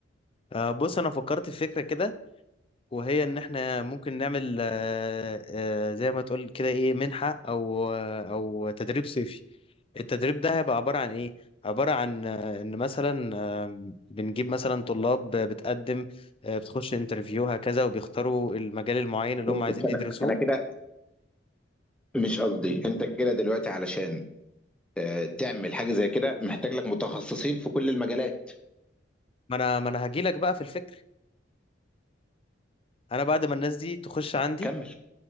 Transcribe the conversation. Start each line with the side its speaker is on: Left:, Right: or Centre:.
Left: آه، بص انا فكرت في فكره كده وهي ان احنا ممكن نعمل آه، آه، زي ما تقول كده ايه منحه او آه، او تدريب صيفي التدريب ده هيبقى عباره عن ايه عباره عن آه، ان مثلا آه، بنجيب مثلا طلاب بتقدم آه، بتخش انترفيو هكذا وبيختاروا المجال المعين اللي هم عايزين
Centre: بس
Left: يدرسوه
Centre: انا انا كده مش قصدي انت كده دلوقتي علشان آه، تعمل حاجه زي كده محتاج لك متخصصين في كل المجالات
Left: ما انا ما انا هجيلك بقى في الفكره انا بعد ما الناس دي تخش عندي
Centre: كمل